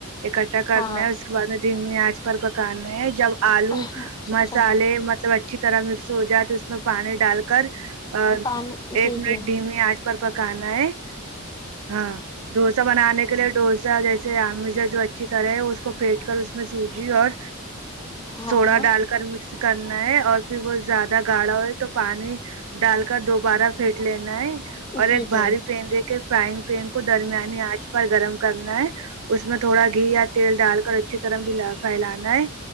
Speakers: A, on the right (about 75°); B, on the left (about 15°).
A: اکٹھا کرنا
B: ہاں
A: اس کے دھیمی آنچ پر پکانے ہے جب آلو
B: اچھا اچھا
A: مسالے مطلب اچ اچھی طرح مکس ہو جائے تو اس میں پانی ڈال کر اور
B: پانی
A: ایک
B: جی جی
A: منٹ ڈھیمی آنچ پر پکانا ہے ہاں ڈوسا بنانے کے لیے ڈوسا جیسے امیزا جو اچھی طرح ہے کو پھینٹ کر اس میں سوجی اور
B: ہاں
A: سوڈا ڈال کر مکس کرنا ہے اور پھر بہت زیادہ گاڑھا ہو ہے تو پانی ڈال کر دوبارہ پھیٹ لینا ہے اور
B: جی
A: ایک بھاری
B: جی
A: پین دیک فرائنگ پین کو درمیانی آنچ پر گرم کرنا ہے اس میں تھوڑا گھی یا تیل ڈال کر اچھی طرح بھی پھیلانا ہے